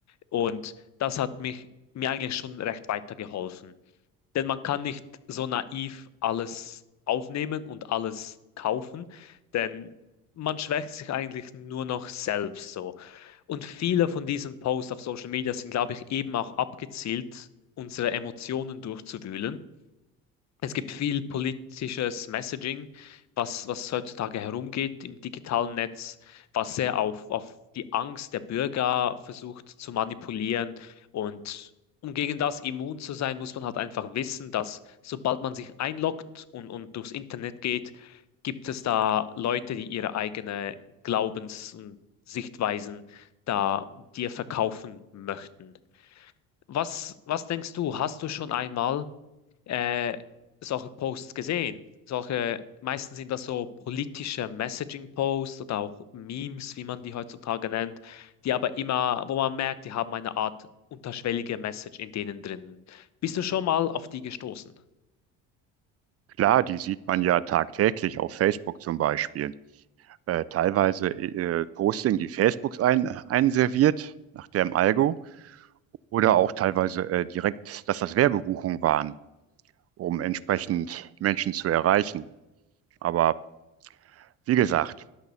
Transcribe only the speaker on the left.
Und das hat mich mir eigentlich schon recht weitergeholfen. Denn man kann nicht so naiv alles aufnehmen und alles kaufen, denn man schwächt sich eigentlich nur noch selbst so. Und viele von diesen Posts auf Social Media sind, glaube ich, eben auch abgezielt, unsere Emotionen durchzuwühlen es gibt viel politisches Messaging, was, was heutzutage herumgeht im digitalen Netz, was sehr auf, auf die Angst der Bürger versucht zu manipulieren. Und um gegen das immun zu sein, muss man halt einfach wissen, dass sobald man sich einloggt und, und durchs Internet geht, gibt es da Leute, die ihre eigene Glaubens- und Sichtweisen da dir verkaufen möchten. Was, was denkst du? Hast du schon einmal äh, solche Posts gesehen. Solche, meistens sind das so politische Messaging-Posts oder auch Memes, wie man die heutzutage nennt, die aber immer, wo man merkt, die haben eine Art unterschwellige Message in denen drinnen. Bist du schon mal auf die gestoßen?